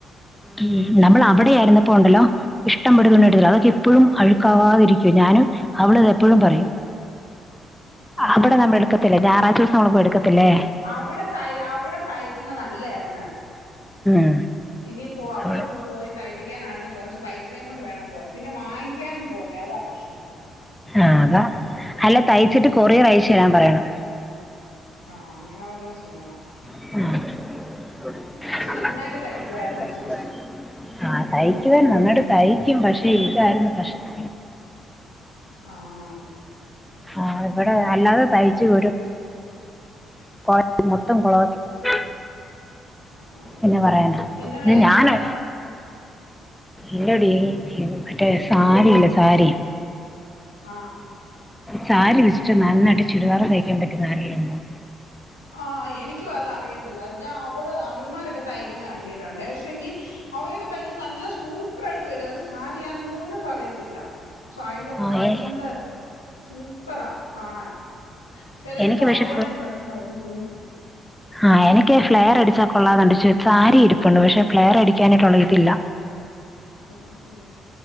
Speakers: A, in the centre; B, on the left.
A: ഉം നമ്മള് അവടെയായിരുന്നപ്പോ ഉണ്ടല്ലോ ഇഷ്ടം പടി തുണി എടുത്തിട്ടുള്ളതാ അതൊക്കെ ഇപ്പഴും അഴുക്കാവാതിരിക്കുവാ ഞാനും അവളത് എപ്പഴും പറയും
B: ആ
A: അവടെ നമ്മ എടുക്കത്തില്ലേ ഞായറാഴ്ച ദിവസം നമ്മള് പോയി എടുക്കത്തില്ലേ
B: അവിടെ തൈ അവിടെ തയ്ക്കുന്ന നല്ലേരുന്നു
A: ഉം
B: ഇനിയിപ്പോ അവടൊന്ന്
A: അവള്
B: പോയി തൈപ്പിക്കാന കൊറച്ച് പൈസേം കൊണ്ട് വേണം പോവാൻ പിന്നെ വാങ്ങി ക്കാനും പോണ്ടേ അതാ പ്രശ്നം
A: ആതാ അല്ല തയ്ച്ചിട്ട് കൊറിയറയച്ച് തരാൻ പറയണം
B: ആഹ് അങ്ങനെ വല്ലോം ചെയ്യണം
A: ഉം
B: പക്ഷെ നന്നായിട്ട് തയ്ക്കുമായിരുന്നു ചേച്ചി
A: ആഹ് തയ്ക്കുവാര്ന്ന് നന്നാട് തയ്ക്കും പക്ഷെ ഇതായിരുന്നു പ്രശ്നം
B: ആഹ്
A: ആഹ് ഇവടെ അല്ലാതെ തയ്ച്ച് തരും <unintelligible> മൊത്തം കൊളവാക്കി കൊടുത്തു
B: ആ
A: എന്നാ പറയാനാ
B: പിന്നെ വേറെന്താ
A: <unintelligible> ഞാനോ ഇല്ലെടി മറ്റേ സാരില്ലേ സാരി
B: ആഹ്
A: ചാരി വെച്ചിട്ട് നന്നായിട്ട് ചുരിദാർ തയ്ക്കാൻ പറ്റുന്ന ആരേല്ലൂണ്ടോ
B: ആ എനിക്കും അതറിയത്തില്ല ഞാൻ അവള് അവള്മാരൊക്കെ തയ്ക്കുന്ന കണ്ടിട്ടുണ്ട് പക്ഷെങ്കി അവരൊക്കെ തയ്ക്കുമ്പോ നല്ല സൂപ്രായിട്ട് വരും അത് സാരിയാന്ന് പോലും പറയത്തില്ല ത്തില്ല സൈഡൊക്കെ
A: ആ
B: നല്ല
A: ഏ
B: സൂപ്പറാ കാണാൻ ചിലരു
A: എനിക്ക്
B: പാവാടെ
A: പക്ഷെ
B: ബ്ലൗസും തയ്പ്പിക്കും
A: ആഹ് എനിക്ക് ഫ്ലെയർ അടിച്ചാ കൊള്ളാന്ന്ണ്ട് ച സാരി ഇരിപ്പുണ്ട് പക്ഷെ ഫ്ലെയർ അടിക്കാനായിട്ടുള്ള ഇതില്ല
B: ഉം ഉം ഉം